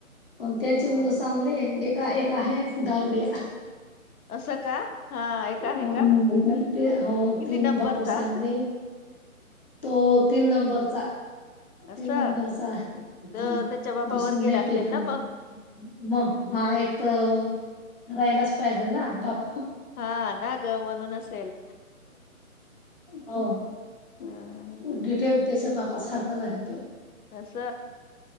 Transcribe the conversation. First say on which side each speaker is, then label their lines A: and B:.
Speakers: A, on the left; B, on the left.
A: पण त्यांचे
B: हा
A: मुलं चांगले आहे एका एक आहे दारुड्या
B: असं का हा एक आहे
A: हो
B: का
A: हो
B: किती
A: तीन
B: नंबरचा
A: भाऊ चांगले तो तीन नंबरचा.
B: असं
A: तीन नंबरचा आहे
B: तर
A: हो
B: त्याच्या बापावर
A: दुसर
B: गेला
A: नाही
B: असेल
A: पित
B: ना
A: मग. मग हा एक तर रहायलाच पाहिजे ना बाप
B: हा ना ग म्हणून असेल.
A: हो
B: अं,
A: डिटेल त्याच्या बापा सारखाच आहे तो.
B: अस.